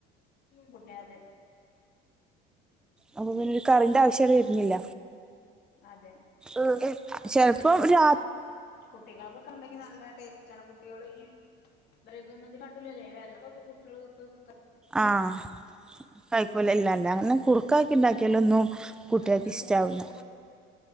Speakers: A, on the left; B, in the centre.
A: മുട്ടയതെ
B: അപ്പപിന്നൊരു കറിന്റെ ആവശ്യങ്ങട് വര്ണില്ല
A: അതെ
B: ഉം ചെലപ്പം രാ
A: കുട്ടികൾക്കൊക്കെണ്ടെങ്കി നല്ല ടേസ് റ്റാണ് കുട്ടികളീ വൈകുന്നതികാട്ടിലുംല്ലേ വരന്നൊക്കെ കുട്ടികള് പ്പ
B: ആഹ് കൈക്കൂല ഇല്ലല്ല ന്ന് കുറുക്കാക്കിണ്ടാക്കിയാലൊന്നും കുട്ടിയാക്ക്
A: നമ്മളിങ്ങനെ
B: ഇഷ്ട്ടാവൂല
A: പുട്ടൊക്കെ ആക്കി കൊടു